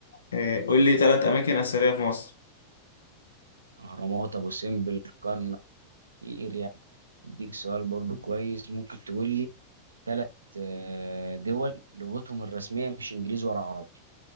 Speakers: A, on the left; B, on the right.
A: آه قول لي ثلاث اماكن اثريه في مصر
B: اهرامات ابو سمبل كرنك كتير يعني اديك سؤال برضو كويس ممكن تقول لي ثلاث دول لغتهم الرسميه مش انجليزي ولا عربي